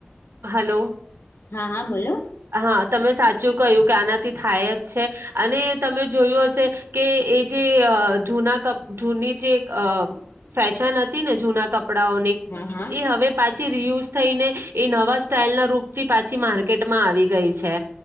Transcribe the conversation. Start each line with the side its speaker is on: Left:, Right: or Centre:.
Right: હલો
Left: હા હા બોલો
Right: હા તમે સાચું કહ્યું કે આનાથી થાય જ છે અને તમે જોયું હશે કે એ જે જૂના ક જૂની જે ફેશન હતી ને જૂના કપ કપડાં ઓનની
Left: હા હા
Right: એ હવે પાછી એ રિયુઝ થઈને એ નવા સ્ટીલ ના રૂપથી પાછી માર્કેટ માં આવી ગઈ છે